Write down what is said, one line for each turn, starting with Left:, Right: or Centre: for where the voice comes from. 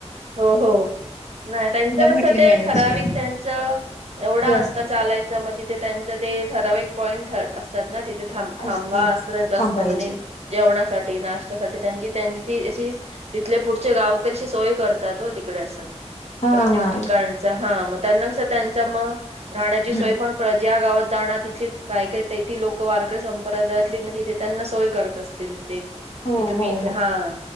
Right: हो हो नाही त्यांच कसं
Left: म्हटले
Right: ते
Left: ह्या
Right: ठराविक
Left: वर्षी
Right: त्यांचं एवढं
Left: हे
Right: अंतर
Left: असतात.
Right: चालायचं च म तिथ त्यांच ते ठराविक पॉईंट अस असतात ना तिथे थांब थांबा
Left: असतात
Right: असतं
Left: थांबायचे.
Right: असतं म्हणजे जेवणासाठी नाश्त्यासाठी त्यांची -त्यांची ती <unintelligible> तिथले पुढचे गावकरी असे सोय करतात ओ तिकडे असं.
Left: हां,
Right: प्रत्येक
Left: हां.
Right: ठिकाण चा. हा मग त्यांना कसं. त्यांचा मग, राहण्याची
Left: हं.
Right: सोय पण ज्या गावात जाणार तिथे. काय - काय तेती लोक वारकरी संप्रदायातली. म्हणजे, ते त्यांना सोय करत असतील ते.
Left: हो,
Right: कि, तुम्ही
Left: हो,
Right: इथे,
Left: हो.
Right: हा.